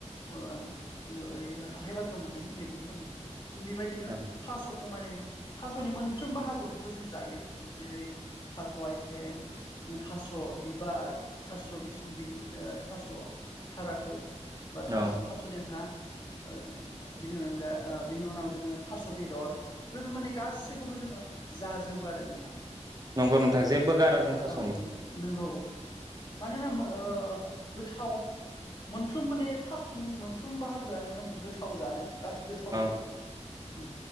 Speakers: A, on the left (about 40°); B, on the right (about 30°).
A: मो ओम जोङो ओरैनो हाथाइ बाजाराव मोननाय मैगंफोरनिख्रुइ जों बेबायदिनो
B: औ
A: थास स' खौ माने थास'नि मोनफ्रोमबो बाहागोखौबो जों जायो बिदिनो जेरै थास' आथें थास' बिबार थास' बिसुं बिनि ओ थास' थाराखौ बा थास
B: औ
A: थास' देन्था ओ बिनि अनगा ओ बिनि उनाव जोङो थास' बेदर बेफोर माने गासैखौबो जोङो जाजोबो आरो नोंथां
B: नंगौ नोंथां जेबो गारा जों थास'नि
A: औ नंगौ मानोना मो ओ गोथाव मोनफ्रोम माने थास'नि मोनफ्रोम बाहागोआनो माने गोथाव जानो गा गोथाव
B: औ
A: जोब। उ